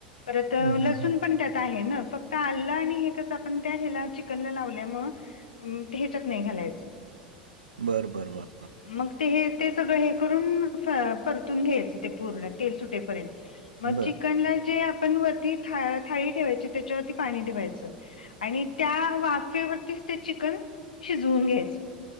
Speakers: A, on the left (about 70°); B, on the right (about 80°).
A: परत
B: हं, हं,
A: लसूण
B: हं.
A: पण त्यात आहे ना फक्त ता आललं आणि हे कसं आपण त्या ह्याला चिकनला लावल्यामु ह्याच्यात नाही घालायचं
B: बरं बर बर.
A: मग ते हे ते सगळं हे करून परतून घ्यायचं ते पूर्ण तेल सुटेपर्यंत. ह. मग
B: बरं.
A: चिकनला जे आपण वरती था थाळी ठेवायची त्याच्यावरती पाणी ठेवायचं. आणि त्या वाफेवरतीच ते चिकन शिजवून घ्यायचं.